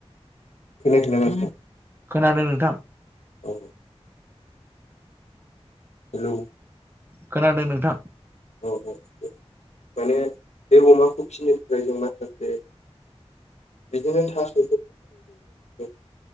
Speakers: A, on the left (about 85°); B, on the right (about 20°).
A: खोनायाखै नामा नोंथां?
B: खोनादों नोंथां।
A: औ हेलौ
B: खोनादों नोंथां।
A: अ औ माने बे अमाखौ फिनो थाखाय जों माखासे बेदिनो थास' <unintelligible>